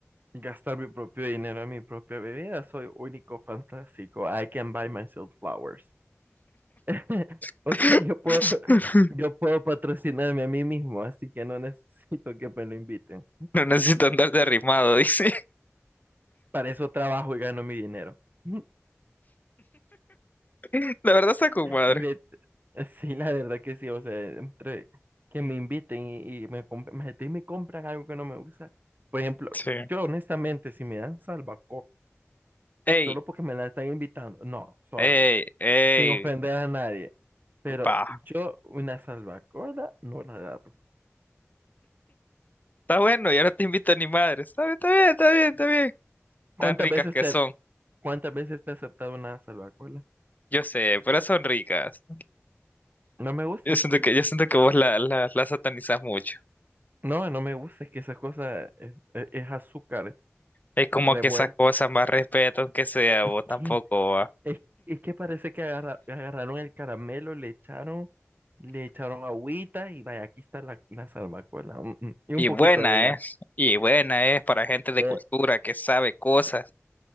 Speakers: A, on the right; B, on the left.
A: Gastar mi propio dinero en mi propia bebida. Soy único, fantástico. I can buy myself flowers. <laughs>
B: <laughs>
A: O sea, yo puedo, yo puedo patrocinarme a mí mismo, así que no necesito que me lo inviten.
B: No necesito andar derrimado, dice.
A: Para eso trabajo y gano mi dinero. <laughs>
B: <laughs> La verdad está con madre.
A: Ve- Sí, la verdad que sí. O sea, entre que me inviten y, y me, comp- me, y me compran algo que no me gusta. Por ejemplo,
B: Sí.
A: yo honestamente, si me dan salva
B: Ey,
A: solo porque me la están invitando. No, sorry,
B: ey, ey.
A: sin ofender a nadie. Pero
B: Va.
A: yo una salvacola no la agarro.
B: Está bueno, ya no te invito ni madre. Está bien, está bien, está bien, está bien. Tan
A: ¿Cuántas
B: ricas
A: veces
B: que
A: te,
B: son.
A: cuántas veces te he aceptado una salvacola?
B: Yo sé, pero son ricas.
A: No me gusta.
B: Yo siento que, yo siento que vos la, la, la satanizás mucho.
A: No, no me gusta. Es que esa cosa es, es- es azúcar
B: Es como
A: revuelto.
B: que esas cosas
A: <laughs>
B: más respeto, aunque sea vos
A: Es
B: tampoco.
A: que, es, es que parece que agarra- agarraron el caramelo, le echaron, le echaron agüita y vaya, aquí está la, la salvacola. Mm, mm. Y un
B: Y
A: poquito
B: buena
A: de gas.
B: es, y buena es para gente de
A: Eh,
B: cultura que sabe cosas.